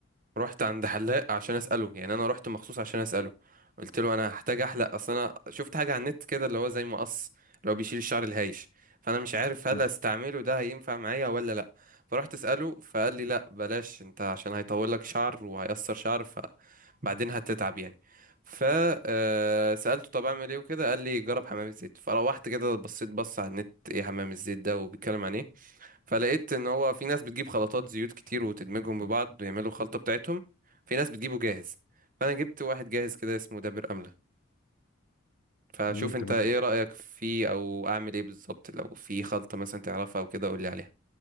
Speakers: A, on the right; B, on the left.
A: رحت عند حلاق عشان اساله يعني انا رحت مخصوص عشان اساله قلت له انا هحتاج احلق اصل انا شفت حاجه على النت كده اللي هو زي مقص اللي هو بيشيل الشعر الهايش فانا مش عارف هل
B: امم
A: استعمله ده هينفع معايا ولا لا فرحت اساله فقال لي لا بلاش انت عشان هيطول لك شعر وهيقصر شعر فبعدين هتتعب يعني ف آه، سالته طب اعمل ايه وكده قال لي جرب حمام الزيت فروحت كده بصيت بص على النت ايه حمام الزيت ده وبيتكلم عن ايه فلقيت ان هو في ناس بتجيب خلطات زيوت كتير وتدمجهم ببعض ويعملوا خلطة بتاعتهم في ناس بتجيبه جاهز فانا جبت واحد جاهز كده اسمه دابر املة فشوف
B: امم تمام
A: انت ايه رأيك فيه او اعمل ايه بالظبط لو في خلطة مثلا تعرفها او كده قول لي عليها